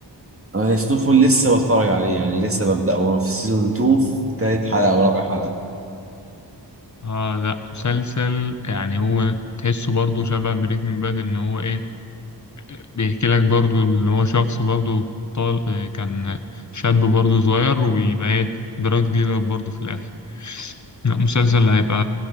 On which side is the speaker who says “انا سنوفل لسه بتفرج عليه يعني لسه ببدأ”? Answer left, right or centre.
Right